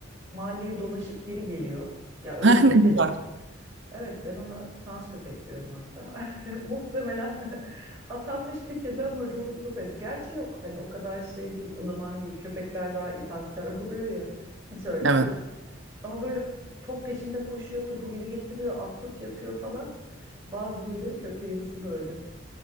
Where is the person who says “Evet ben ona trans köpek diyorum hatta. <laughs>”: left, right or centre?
Right